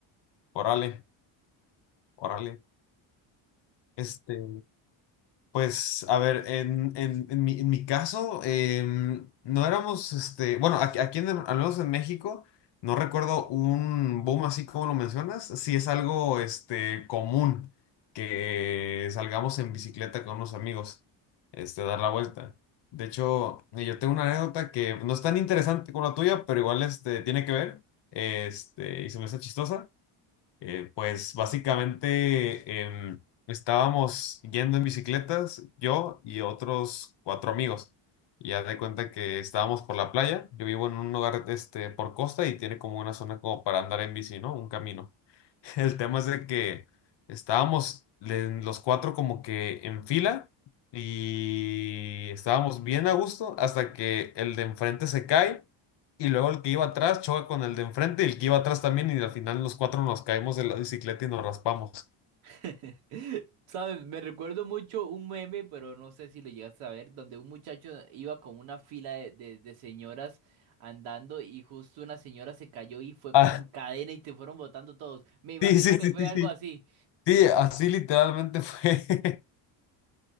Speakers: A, on the left; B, on the right.
A: Órale, órale. Este. Pues, a ver, en, en- en mi, en mi caso, em, no éramos, este, bueno, aquí, aquí en, el- al menos en México, no recuerdo un boom así como lo mencionas. Sí es algo, este, común que salgamos en bicicleta con unos amigos, este, a dar la vuelta. De hecho, eh, yo tengo una anécdota que no es tan interesante como la tuya, pero igual, este, tiene que ver, este, y se me hace chistosa. Eh, pues básicamente em, estábamos yendo en bicicletas, yo y otros cuatro amigos. Y haz de cuenta que estábamos por la playa. Yo vivo en un lugar este, por costa y tiene como una zona como para andar en bici, ¿no? Un camino. <laughs> El tema es de que estábamos le- los cuatro como que en fila y estábamos bien a gusto hasta que el de enfrente se cae y luego el que iba atrás choca con el de enfrente y el que iba atrás también y al final los cuatro nos caemos de la bicicleta y nos raspamos.
B: <laughs> ¿Sabes? Me recuerdo mucho un meme, pero no sé si lo llegaste a ver, donde un muchacho iba con una fila de, de- de señoras andando y justo una señora se cayó y fue
A: Ah,
B: como en cadena y te fueron botando todos.
A: <laughs>
B: Me imagino
A: sí, sí,
B: que
A: sí,
B: fue
A: sí,
B: algo
A: sí.
B: así.
A: Sí, así literalmente fue.